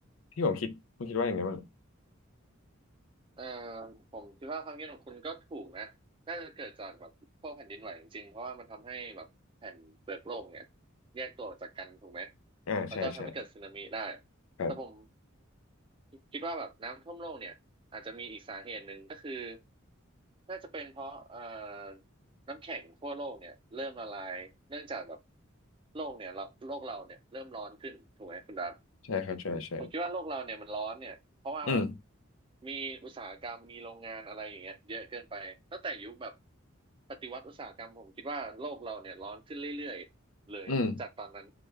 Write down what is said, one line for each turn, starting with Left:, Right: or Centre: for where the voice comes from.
Left: ที่ผมคิดคุณคิดว่าอย่างไงบ้าง
Right: เออผมคิดว่าความคิดของคุณก็ถูกนะน่าจะเกิดจากแบบพวกแผ่นดินไหวจริงๆเพราะว่ามันทำให้แบบแผ่นเปลือกโลกเนี่ยแยกตัวออกจากกันถูกไหม
Left: อ่าใช่ใช่
Right: แล้วก็ทำให้เกิดสึนามิได้
Left: ครับ
Right: แต่ผมคิดว่าแบบน้ำท่วมโลกเนี่ยอาจจะมีอีกสาเหตุหนึ่งก็คือน่าจะเป็นเพราะเอ่อน้ำแข็งทั่วโลกเนี่ยเริ่มละลายเนื่องจากแบบโลกเนี่ยเราโลกเราเนี่ยเริ่มร้อนขึ้นถูกไหมคุณดา
Left: ใช่ครับใช่ใช่
Right: ผมคิดว่าโลกเราเนี่ยมันร้อนเนี่ยเพราะว่าแบบ
Left: อืม
Right: มีอุตสาหกรรมมีโรงงานอะไรอย่างเงี้ยเยอะเกินไปตั้งแต่ยุคแบบปฏิวัติอุตสาหกรรมผมคิดว่าโลกเราเนี่ยร้อนขึ้นเรื่อยๆเลยจากตอนนั้น
Left: อืม